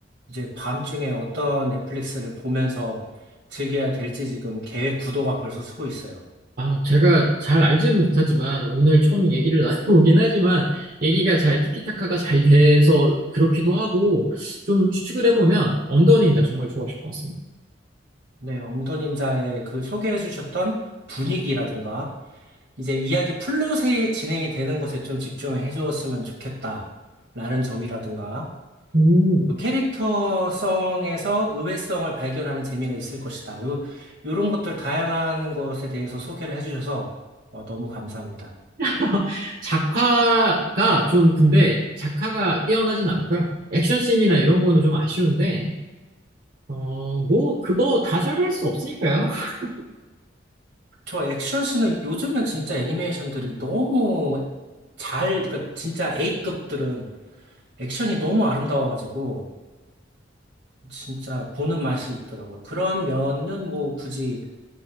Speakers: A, on the right; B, on the right.
A: 이제 밤중에 어떤 넷플릭스를 보면서 즐겨야 될지 지금 계획 구도가 벌써 서고 있어요.
B: 아, 제가 잘 알지는 못하지만, 오늘 처음 얘기를 <laughs> 나눠보긴 하지만, 얘기가 잘 티키타카가 잘 돼서 그렇기도 하고, 좀 추측을 해보면, 언더 닌자 정말 좋아하실 것 같습니다.
A: 네, 언더닌자의 그 소개해 주셨던 분위기라든가 이제 이야기 플롯에 진행이 되는 것에 좀 집중을 해 주었으면 좋겠다라는 점이라든가
B: 음.
A: 요 캐릭터성에서 의외성을 발견하는 재미가 있을 것이다. 요, 요런 것들 다양한 것에 대해서 소개를 해주셔서 어, 너무 감사합니다.
B: <laughs> 작화가 좀 근데 작화가 뛰어나진 않고요. 액션 씬이나 이런 거는 좀 아쉬운데 어, 뭐 그거 다 잘할 수 없으니까요. <laughs>
A: 저 액션 씬은 요즘은 진짜 애니메이션들이 너무 잘, 그러니까 진짜 A급들은 액션이 너무 아름다워가지고 진짜 보는 맛이 있더라고요. 그런 면은 뭐 굳이